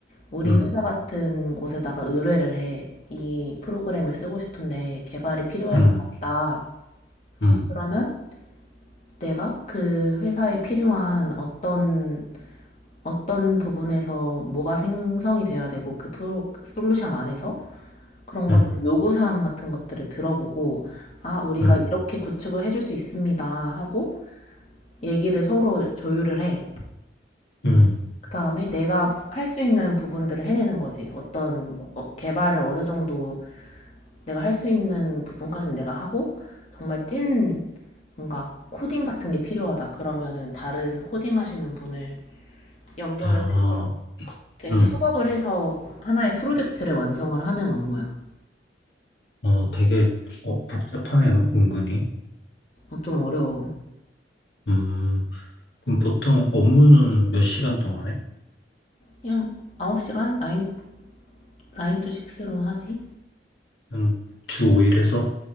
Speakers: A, on the left; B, on the left.
A: 우리
B: 음,
A: 회사 같은 곳에다가 의뢰를 해. 이 프로그램을 쓰고 싶은데 개발이 필요할
B: 음,
A: 것 같다.
B: 음,
A: 그러면 내가 그 회사에 필요한 어떤 어떤 부분에서 뭐가 생성이 되어야 되고 그 프로, 솔루션 안에서 그런 것들
B: 음,
A: 요구사항 같은 것들을 들어보고 아, 우리가
B: 음,
A: 이렇게 구축을 해줄 수 있습니다 하고 얘기를 서로 조율을 해.
B: 음,
A: 그 다음에 내가 할 수 있는 부분들을 해내는 거지. 어떤 뭐, 어, 개발을 어느 정도 내가 할 수 있는 부분까지는 내가 하고, 정말 찐 뭔가 코딩 같은 게 필요하다. 그러면은 다른 코딩 하시는 분을 연결을
B: 아,
A: 해서, 이렇게
B: 음,
A: 협업을 해서 하나의 프로젝트를 완성을 하는 업무야.
B: 어, 되게, 어, 복잡하네, 은- 은근히.
A: 어, 좀 어려워.
B: 음, 그럼 보통 업무는 몇 시간 동안 해?
A: 그냥 9시간? 나인 나인 to 스로 하지?
B: 음, 주 5일 해서?